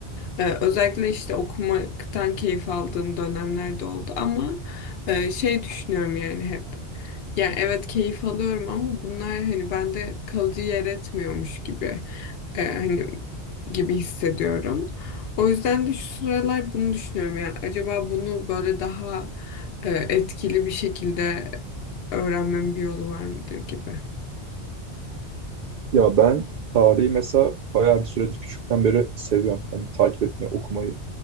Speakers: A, on the left; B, on the right.
A: E, özellikle işte okumaktan keyif aldığım dönemler de oldu ama e, şey düşünüyorum yani hep. Yani evet keyif alıyorum ama bunlar hani bende kalıcı yer etmiyormuş gibi e, hani gibi hissediyorum. O yüzden de şu sıralar bunu düşünüyorum ya. Acaba bunu böyle daha e, etkili bir şekilde öğrenmemin bir yolu var mıdır gibi.
B: Ya ben tarihi mesela bayağı bir süredir küçükten beri seviyorum. Hani takip etmeyi, okumayı